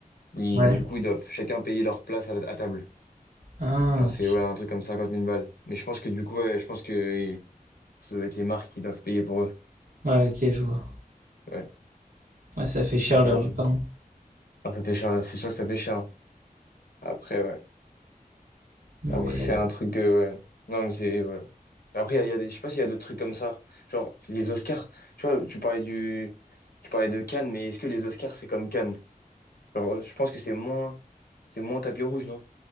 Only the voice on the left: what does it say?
Oui,
du coup, ils doivent chacun payer leur place à, la- à table.
Alors,
c'est ouais, un truc comme 50 000 balles. Mais je pense que du coup, ouais, je pense que euh, ça doit être les marques qui doivent payer pour eux.
Ouais.
Pourquoi?
Ah, ça fait cher, c'est sûr que ça fait cher. hein. Après, ouais.
Après, c'est un truc de. ouais. Non, mais c'est. ouais. Après, il y a, il y a des... je sais pas s'il y a d'autres trucs comme ça. Genre, les Oscars. Tu vois, tu parlais du. Tu parlais de Cannes, mais est-ce que les Oscars, c'est comme Cannes? Genre, je pense que c'est moins. C'est moins tapis rouge, non?